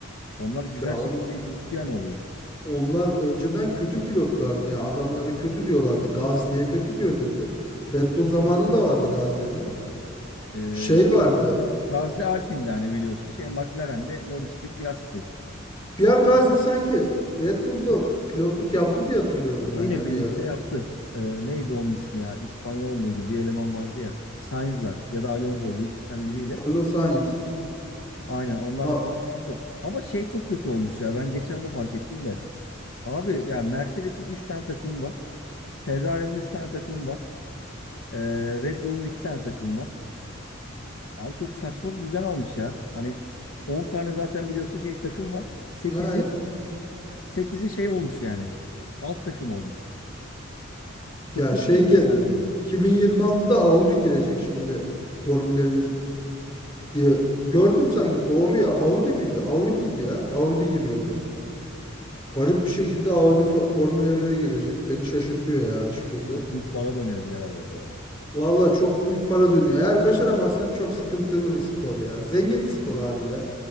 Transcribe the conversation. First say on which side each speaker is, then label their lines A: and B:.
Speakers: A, on the left; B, on the left.
A: Onlar güzel
B: ya on,
A: şekilde yürüttü yani olayı.
B: onlar önceden kötü pilotlardı ya adamları kötü diyorlardı. Gazli'ye kötü diyordu. Re- Red Bull zamanı da vardı Gazli'nin.
A: Ee,
B: Şey vardı.
A: Gazze Alpine'de hani biliyorsun. Şey McLaren'de Norris'te Piastri.
B: Pierre Gasly sanki Red Bull'da pilotluk yaptı diye hatırlıyorum
A: E
B: ben
A: ile
B: ya
A: birlikte
B: bir ara.
A: yaptı. Ee, neydi onun ismi ya? İspanyol muydu? Bir eleman vardı ya. Sainz'la ya da Alonso ile ikisinden biriyle.
B: Carlos Sainz.
A: Aynen onlarla
B: Ha,
A: falan yaptı. Ama şey çok kötü olmuş ya. Ben geçen onu fark ettim de. Abi ya Mercedes'in 3 tane takımı var. Ferrari'nin 3 tane takımı var. Ee, Red Bull'un 2 tane takımı var. Abi çok saçma bir düzen almış ya. Hani 10 tane zaten biliyorsun şey takım var. Sekizi
B: ha,
A: sekizi şey olmuş yani. Alt takım olmuş. Çok
B: ya
A: kötü
B: şey
A: bir
B: gel
A: düzen bence.
B: 2026'da Audi girecek şimdi Formula bir. diye gördüm sanki doğru ya Audi miydi? Audi'ydi ya. Audi giriyordu. Garip bir şekilde Audi Fo- Formula 1'e girecek. Beni şaşırtıyor ya açıkçası.
A: Çok büyük para dönüyor birader orada ya.
B: Valla çok büyük para dönüyor. Eğer başaramazsan çok sıkıntılı bir spor ya. Zengin spor harbiden.